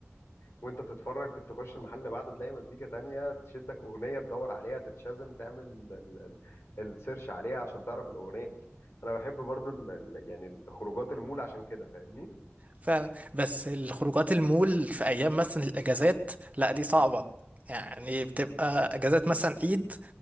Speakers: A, on the left; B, on the right.
A: وانت بتتفرج تخش المحل اللي بعده تلاقي مزيكا تانية تشدك اغنية تدور عليها تتشازم تعمل ال- ال- ال- السيرش عليها عشان تعرف الاغنية انا بحب برضو ال ال يعني الخروجات المول عشان كده فاهمني
B: فعلا بس الخروجات المول في ايام مثلا الاجازات لا دي صعبة يعني بتبقى اجازات مثلا عيد